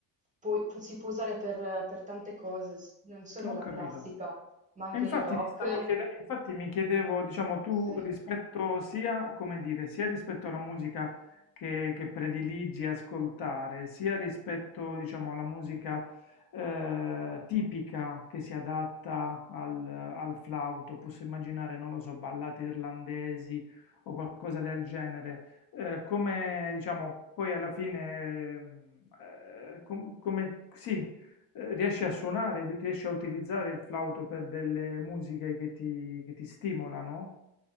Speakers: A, on the right; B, on the left.
A: poi pu- si può usare per, per tante cose, s- non solo
B: ho
A: la
B: capito.
A: classica, ma anche
B: E infatti
A: il rock.
B: mi stavo chiede- infatti mi chiedevo, diciamo, tu
A: Sì.
B: rispetto sia, come dire, sia rispetto alla musica che, che prediligi ascoltare, sia rispetto, diciamo, alla musica eh, tipica che si adatta al, al flauto, posso immaginare, non lo so, ballate irlandesi o qualcosa del genere, eh, come, diciamo, poi alla fine, mm, eh, com- come, sì, eh, riesci a suonare, di- riesci a utilizzare il flauto per delle musiche che ti, che ti stimolano?